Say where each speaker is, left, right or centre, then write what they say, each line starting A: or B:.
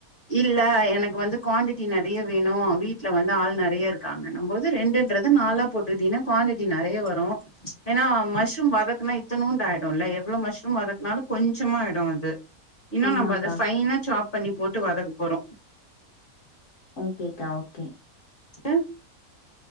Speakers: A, on the left (about 40°); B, on the left (about 55°).
A: ஹீட் இல்ல எனக்கு வந்து குவாண்டிட்டி நெறைய வேணு வீட்ல வந்து ஆள் நெறைய இருக்கு இருக்குகாங்கன போது ரெண்டுன்றது நாலா போட்டுக்கிட்டீன்னா குவாண்டிட்டி நெறைய வரு ஏன்னா மஷ்ரூம் வதக்குனா இத்தணூண்டு ஆயிடும்ல எவ்வளவு மஷ்ரூம் வதக்குனாலும் கொஞ்சமா ஆயிடும் அது இன்னு
B: ஆமாக்கா
A: நம்ம அத ஃபைனா சாப் பண்ணி போட்டு வதக்க போறோ
B: ஓகேக்கா ஓகே
A: ஆ